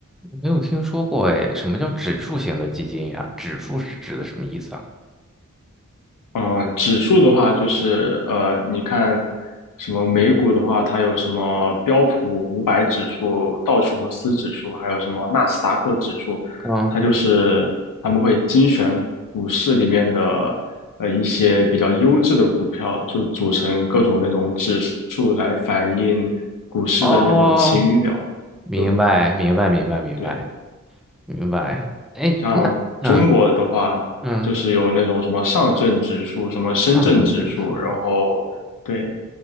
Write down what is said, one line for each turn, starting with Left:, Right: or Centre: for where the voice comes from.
Centre: 没有听说过哎，什么叫指数型的基金呀？指数是指的什么意思啊？
Left: 嗯，呃指数的话就是呃，你看什么美股的话，它有什么标普五百指数、道琼斯指数，还有什么纳斯达克指数，
Centre: 嗯，
Left: 它就是他们会精选股市里面的呃一些比较优质的股票，就组成各种那种指数来反映股市的那种晴雨表，
Centre: 哦，明白，
Left: 就
Centre: 明白，明白，明白，
Left: 对。
Centre: 明白。哎，
Left: 像中国的话，
Centre: 那嗯嗯，
Left: 就是有那种什么上证指数、什么深圳指数，
Centre: 上证指数，
Left: 然后对，